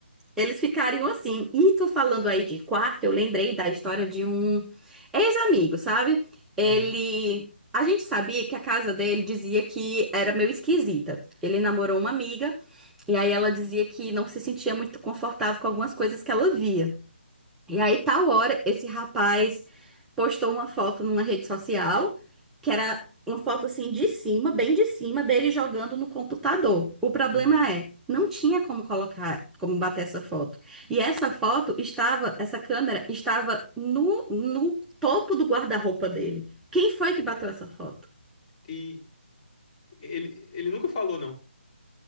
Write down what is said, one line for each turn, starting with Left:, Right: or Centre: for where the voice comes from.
Centre: eles ficariam assim. E tu falando aí de quarto, eu lembrei da história de um ex-amigo, sabe? Ele.
Left: uhum,
Centre: A gente sabia que a casa dele dizia que era meio esquisita. Ele namorou uma amiga, e aí ela dizia que não se sentia muito confortável com algumas coisas que ela via. E aí, tal hora, esse rapaz postou uma foto numa rede social, que era uma foto assim de cima, bem de cima, dele jogando no computador. O problema
Left: uhum.
Centre: é, não tinha como colocar, como bater essa foto. E essa foto estava, essa câmera estava no, no topo do guarda-roupa dele. Quem foi que bateu essa foto?
Left: E ele, ele nunca falou, não.